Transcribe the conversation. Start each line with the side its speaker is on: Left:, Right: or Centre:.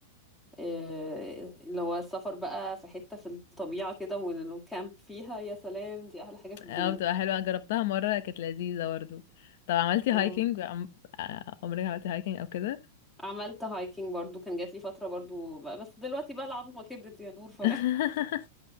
Centre: آه، اللي هو السفر بقى في حته في الطبيعه كده والكامب فيها يا سلام دي احلى حاجه في
Left: اه
Centre: الدنيا
Left: بتبقى حلوة جربتها مرة كانت لذيذة برضه طب عملتي هايكنج
Centre: اه
Left: عم... آه، عمرك عملتي هايكنج او كده
Centre: عملت هايكنج برضو كان جات لي فتره برضو بقى بس دلوقتي بقى العظمه كبرت يا نور ف
Left: <laughs> لا